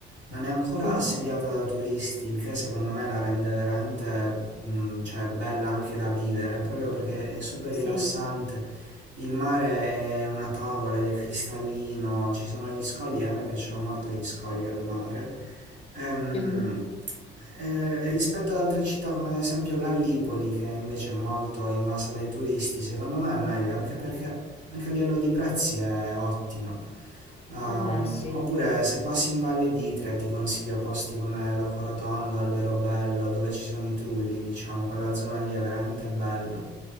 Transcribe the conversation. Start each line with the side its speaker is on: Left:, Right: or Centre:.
Right: Non è ancora
Left: mhm,
Right: assediata da turisti, il che secondo me la rende veramente, mh, cioè, bella anche da vivere, proprio perché è super
Left: sì.
Right: rilassante. Il mare è una tavola ed è cristallino, ci sono gli scogli, e a me piacciono molto gli scogli al mare. Ehm,
Left: Mhm.
Right: eh, rispetto ad altre città come ad esempio Gallipoli, che invece è molto invasa dai turisti, secondo me è meglio, anche perché anche a livello di prezzi è ottima. Ehm,
Left: Vabbè, sì.
Right: oppure se passi in Valle d'Itria ti consiglio posti come Locorotondo, Alberobello, dove ci sono i trulli, diciamo, quella zona lì è veramente bella.